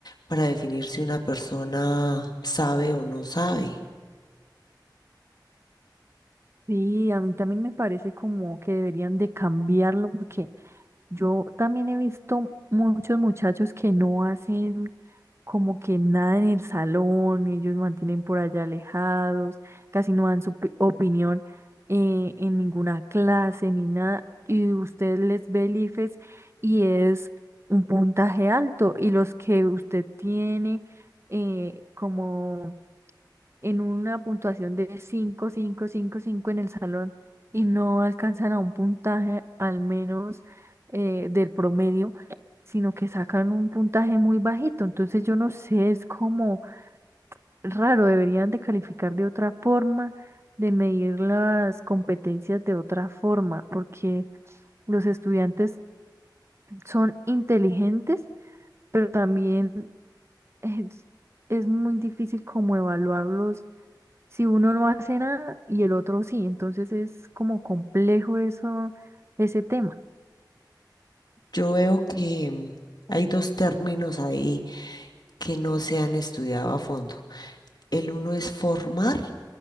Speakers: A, on the left; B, on the right.
A: para definir si una persona sabe o no sabe,
B: Sí, a mí también me parece como que deberían de cambiarlo porque yo también he visto muchos muchachos que no hacen como que nada en el salón, ellos mantienen por allá alejados, casi no dan su pi- opinión eh, en ninguna clase ni nada, y usted les ve el IFES y es un puntaje alto, y los que usted tiene eh, como en una puntuación de cinco cinco cinco 5 en el salón y no alcanzan a un puntaje al menos eh, del promedio, sino que sacan un puntaje muy bajito. Entonces yo no sé, es como raro, deberían de calificar de otra forma, de medir las competencias de otra forma, porque los estudiantes son inteligentes, pero también es, es muy difícil como evaluarlos si uno no hace nada y el otro sí, entonces es como complejo eso, ese tema.
A: yo veo que mm, hay dos términos ahí que no se han estudiado a fondo. El uno es formar